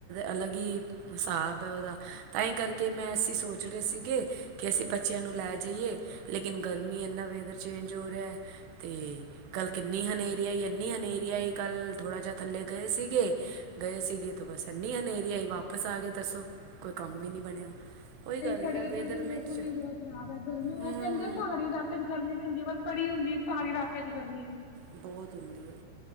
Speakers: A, on the right (about 85°); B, on the left (about 70°).
A: ਅਲੱਗ ਹੀ ਹਿਸਾਬ ਹੈ ਉਹਦਾ ਤਾਂ ਹੀ ਕਰਕੇ ਮੈਂ ਅਸੀਂ ਸੋਚ ਜਿਹੜੇ ਸੀਗੇ ਕਿ ਅਸੀਂ ਬੱਚਿਆਂ ਨੂੰ ਲੈ ਜਾਈਏ। ਲੇਕਿਨ, ਗਰਮੀ ਇੰਨਾ ਵੇਦਰ ਚੇਂਜ ਹੋ ਰਿਹਾ ਤੇ ਕੱਲ ਕਿੰਨੀ ਹਨੇਰੀ ਆਈ, ਐਨੀ ਹਨੇਰੀ ਆਈ ਕੱਲ। ਥੋੜ੍ਹਾ ਜਾ ਥੱਲੇ ਗਏ ਸੀਗੇ, ਗਏ ਸੀਗੇ ਤੋ ਬਸ ਐਨੀ ਹਨੇਰੀ ਆਈ ਵਾਪਸ ਆ ਗਿਆ ਦੱਸੋ? ਕੋਈ ਕੰਮ ਵੀ ਨਹੀਂ ਬਣਿਆ। ਉਹੀ
B: ਸਈ,
A: ਗੱਲ
B: ਸਾਡੇ
A: ਹੈ
B: ਇਧਰ
A: ਵੇਦਰਮੈਂਟ
B: ਦਾ ਮੌਸਮ
A: 'ਚ
B: ਹੀ ਬੜਾ ਖਰਾਬ ਹੈ ਗਰਮੀ ਇਹ
A: ਹੂੰ
B: ਕਹਿੰਦੇ ਆ ਪਹਾੜੀ ਇਲਾਕੇ ਗਰਮੀ ਨੀ ਹੁੰਦੀ ਪਰ ਪੜੀ ਹੁੰਦੀ ਇ ਪਹਾੜੀ ਇਲਾਕੇ ਚ ਗਰਮੀ।
A: ਬਹੁਤ ਹੁੰਦੀ ਹੈ,